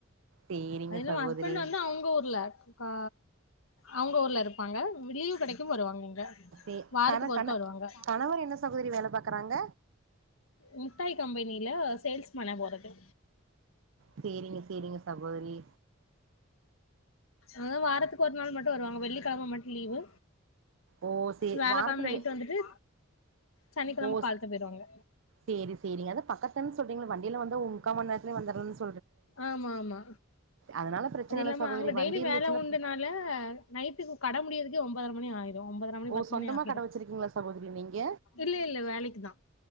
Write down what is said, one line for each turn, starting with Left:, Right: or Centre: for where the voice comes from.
Right: சேரிங்க
Left: அது இல்லம
Right: சகோதரி
Left: ஹஸ்பண்ட்டு வந்து அவுங்க ஊர்ல கா அவுங்க ஊர்ல இருப்பாங்க லீவு கெடைக்கும் வருவாங்க இங்க
Right: சே
Left: வாரத்துக்கு
Right: கண
Left: ஒருக்கா
Right: கண
Left: வருவாங்க
Right: கணவர் என்ன சகோதரி வேல பாக்கறாங்க
Left: முட்டாய் கம்பெனில சேல்ஸ் மேனே ஒரகு
Right: சேரிங்க சேரிங்க சகோதரி
Left: அதா வாரத்துக்கு ஒரு நாள் மட்டு வருவாங்க வெள்ளிக்கெழம மட்டு லீவு
Right: ஓ சே
Left: வேலக்கெழம
Right: வாரத்துல
Left: நைட்டு
Right: வே
Left: வந்துட்டு சனிக்கெழம
Right: ஓ
Left: காலத்த போயிருவாங்க
Right: சேரி சேரிங்க அதாம் பக்கத்தன் சொல்றீங்கள வண்டில வந்தா ஒ முக்கா மண் நேரத்லே வந்தர்றன்ச்
Left: ஆமா ஆமா
Right: அதனால பிரச்சன
Left: அது
Right: இல்ல
Left: இல்லாம
Right: சகோதரி
Left: அங்க டெய்லி
Right: வண்டி இருந்துச்சுன்னா
Left: வேல உண்டுனால நைட்டுக்கு கட முடியதுக்கே ஒம்போதர மணி ஆயிர் ரு ஒம்போதர மணி
Right: ஓ
Left: பத்து
Right: சொந்தமா
Left: மணி ஆகிரு
Right: கட வச்சிருக்கீங்களா சகோதரி நீங்க
Left: இல்ல இல்ல வேலைக்குதா